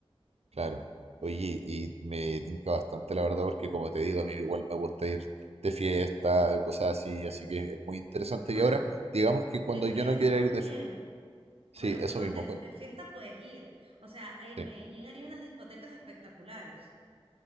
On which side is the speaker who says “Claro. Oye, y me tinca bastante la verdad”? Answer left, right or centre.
Right